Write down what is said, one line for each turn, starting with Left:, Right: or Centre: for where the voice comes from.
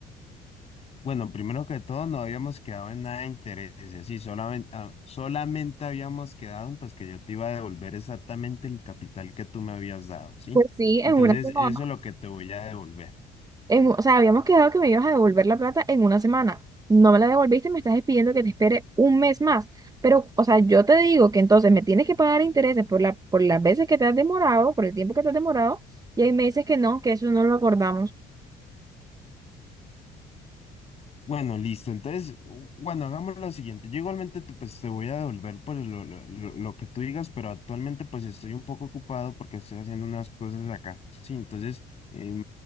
Left: Bueno, primero que todo, no habíamos quedado en nada de intereses y solamente, solamente habíamos quedado en pues que yo te iba a devolver exactamente el capital que tú me habías dado, ¿sí?
Right: Pues sí,
Left: Entonces,
Right: en una semana.
Left: eso es lo que te voy a devolver.
Right: en- o sea, habíamos quedado que me ibas a devolver la plata en una semana. No me la devolviste, me estás pidiendo que te espere un mes más. Pero, o sea, yo te digo que entonces me tienes que pagar intereses por la, por las veces que te has demorado, por el tiempo que te has demorado, y ahí me dices que no, que eso no lo acordamos.
Left: Bueno, listo. Entonces, bueno, hagamos lo siguiente. Yo igualmente te, pues, te voy a devolver por lo, lo- lo- lo que tú digas, pero actualmente pues estoy un poco ocupado porque estoy haciendo unas cosas acá. Sí, entonces, em,